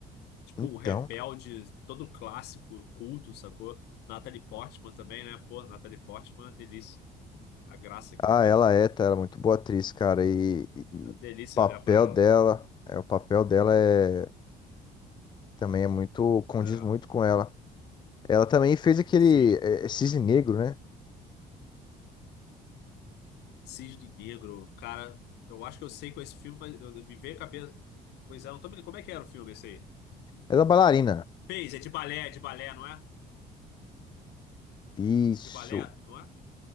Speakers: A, on the left; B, on the left.
A: Tipo,
B: Então.
A: um Rebelde, todo clássico, culto, sacou? Natalie Portman também, né? Pô, Natalie Portman, é uma delícia. A graça que
B: Ah,
A: ela mina.
B: ela é, tá? Ela é muito boa atriz, cara. E, e- e
A: É uma
B: o
A: delícia
B: papel
A: olhar pra ela.
B: dela. É, o papel dela é. Também é muito. Condiz
A: É.
B: muito com ela. Ela também fez aquele.
A: Sim.
B: É, é Cisne Negro, né?
A: Cisne Negro. Cara, eu acho que eu sei com esse filme, mas eu- me veio a cabeça. Pois é, não tô me... Como é que era o filme esse aí?
B: Ela é bailarina.
A: Fez, é de balé, é de balé, não é?
B: Isso.
A: De balé, não é?